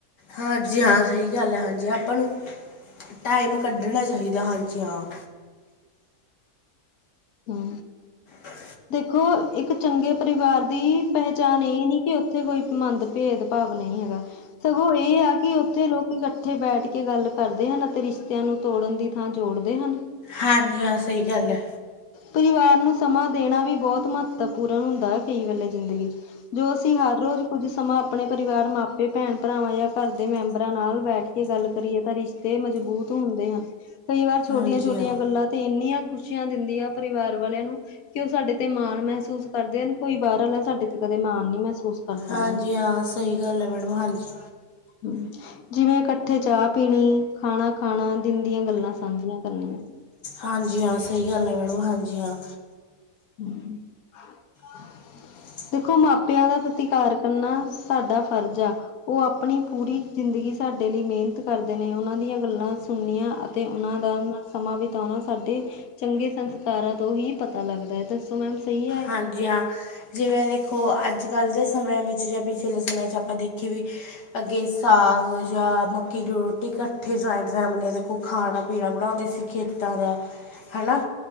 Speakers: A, on the left (about 85°); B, on the left (about 65°).
A: ਹਾਂਜੀ ਹਾਂ ਸਹੀ ਗੱਲ ਹੈ ਹਾਂਜੀ, ਆਪਾਂ ਨੂੰ ਟਾਈਮ ਕੱਢਣਾ ਚਾਹੀਦਾ ਹਾਂਜੀ ਹਾਂ।
B: ਹੂੰ।
A: ਹਾਂ।
B: ਦੇਖੋ, ਇੱਕ ਚੰਗੇ ਪਰਿਵਾਰ ਦੀ ਪਹਿਚਾਣ ਇਹ ਨੀ ਕਿ ਉੱਥੇ ਕੋਈ ਮੰਦ ਭੇਦ ਭਾਵ ਨਹੀਂ ਹੈਗਾ ਸਗੋਂ ਇਹ ਆ ਕਿ ਉੱਥੇ ਲੋਕ ਇਕੱਠੇ ਬੈਠ ਕੇ ਗੱਲ ਕਰਦੇ ਹਨ। ਨਾ ਕੀ ਰਿਸ਼ਤਿਆਂ ਨੂੰ ਤੋੜਨ ਦੀ। ਹਾਂ ਜੋੜਦੇ ਹਨ।
A: ਹਾਂਜੀ। ਹਾਂ, ਸਹੀ ਗੱਲ ਹੈ।
B: ਪਰਿਵਾਰ ਨੂੰ ਸਮਾਂ ਦੇਣਾ ਵੀ ਬਹੁਤ ਮਹੱਤਵਪੂਰਨ ਹੁੰਦਾ ਹੈ, ਕਈ ਵੇਲੇ ਜ਼ਿੰਦਗੀ ਚ। ਜੋ ਅਸੀਂ ਹਰ ਰੋਜ਼ ਕੁੱਝ ਸਮਾਂ ਆਪਣੇ ਪਰਿਵਾਰ, ਮਾਪੇ, ਭੈਣ- ਭਰਾਵਾਂ, ਜਾਂ ਘਰ ਦੇ ਮੈਂਬਰਾਂ ਨਾਲ ਬੈਠ ਕੇ ਗੱਲ ਕਰੀਏ ਤਾਂ ਰਿਸ਼ਤੇ ਮਜ਼ਬੂਤ ਹੁੰਦੇ ਹਨ। ਕਈ ਵਾਰ ਛੋਟੀਆਂ-
A: ਹਾਂਜੀ
B: ਛੋਟੀਆਂ
A: ਹਾਂ
B: ਗੱਲਾਂ ਤੇ ਇੰਨੀਆਂ। ਖੁਸ਼ੀਆਂ ਦਿੰਦੀ ਆ ਪਰਿਵਾਰ ਵਾਲਿਆਂ ਨੂੰ। ਕਿ ਉਹ ਸਾਡੇ ਤੇ ਮਾਣ ਮਹਿਸੂਸ ਕਰਦੇ ਹਨ ਕੋਈ ਬਾਹਰਾ ਸਾਡੇ ਤੇ ਕਦੇ ਮਾਣ ਨ ਮਹਿਸੂਸ ਕਰ ਸਕਦਾ।
A: ਹਾਂਜੀ ਹਾਂ, ਸਹੀ ਗੱਲ ਹੈ ਮੈਡਮ, ਹਾਂਜੀ।
B: <unintelligible> ਜਿਵੇਂ ਇਕੱਠੇ ਚਾਹ ਪੀਣੀ, ਖਾਣਾ ਖਾਣਾ, ਦਿਨ ਦੀਆਂ ਗੱਲਾਂ ਸਾਂਝੀਆਂ ਕਰਨੀਆਂ।
A: ਹਾਂਜੀ ਹਾਂ ਸਹੀ ਗੱਲ ਹੈ, ਮੈਡਮ ਹਾਂਜੀ ਹਾਂ
B: ਹਮ <unintelligible>
A: <inaudible>
B: ਦੇਖੋ ਮਾਪਿਆਂ ਦਾ ਸਤਿਕਾਰ ਕਰਨਾ ਸਾਡਾ ਫਰਜ਼ ਆ। ਉਹ ਆਪਣੀਂ ਪੂਰੀ ਜ਼ਿੰਦਗੀ ਸਾਡੇ ਲਈ ਮਿਹਨਤ ਕਰਦੇਂ ਨੇ ਉਹਨਾਂ ਦੀਆਂ ਗੱਲਾਂ ਸੁਣਨੀਆਂ। ਤੇ ਉਨਾਂ ਦਾ ਨਾਲ ਸਮਾਂ ਬਿਤਾਉਣਾ, ਸਾਡੇ ਚੰਗੇ ਸੰਸਕਾਰਾਂ ਤੋਂ ਹੀ ਪਤਾ ਲੱਗਦਾ ਹੈ। ਦਸਨਾ ਸ ਈ ਐ।
A: ਹਾਂਜੀ ਹਾਂ, ਜਿਵੇਂ ਦੇਖੋ ਅੱਜ ਕੱਲ੍ਹ ਦੇ ਸਮਿਆਂ ਵਿੱਚ ਜਾਂ ਪਿਛਲੇ ਸਮੇ 'ਚ ਆਪਾਂ ਦੇਖ ਜੀ ਵੀ ਅੱਗੇ ਸਾਗ। ਜਾਂ ਮੱਕੀ ਦੀ ਰੋਟੀ ਇਕੱਠੇ ਜਆਇੰਟ ਫੈਮਲੀਆਂ ਦੇਖੋ ਖਾਣਾ ਪੀਣਾ ਬਣਾਉਂਦੇ ਸੀ ਖੇਤਾਂ ਦਾ। ਹਨਾ